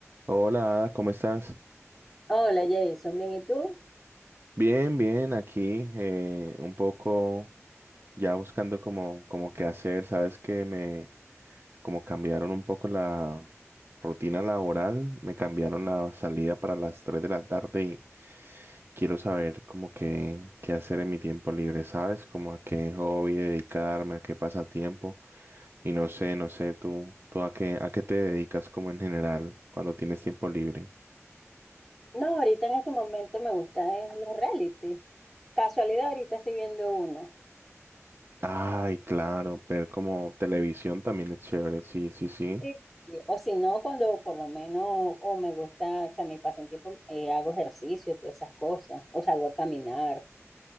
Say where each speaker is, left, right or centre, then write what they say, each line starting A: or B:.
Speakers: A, on the right; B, in the centre.
A: Hola, Ada, ¿cómo estás?
B: Hola Jason, bien, ¿y tú?
A: Bien, bien, aquí eh, un poco ya buscando como, como qué hacer. Sabes que me como cambiaron un poco la rutina laboral, me cambiaron la salida para las 3 de la tarde y quiero saber como qué, qué hacer en mi tiempo libre, ¿sabes? Como a qué hobby dedicarme, a qué pasatiempo. Y no sé, no sé, tú, tú a qué, a qué te dedicas como en general cuando tienes tiempo libre.
B: No, ahorita en este momento me gusta es los reality. Casualidad, ahorita estoy viendo uno.
A: Ay, claro, ver como televisión también es chévere, sí, sí, sí.
B: Sí. Y- O si no, cuando por lo menos, o me gusta, o sea, mi pasatiempo, eh, hago ejercicio, todas esas cosas, o salgo a caminar.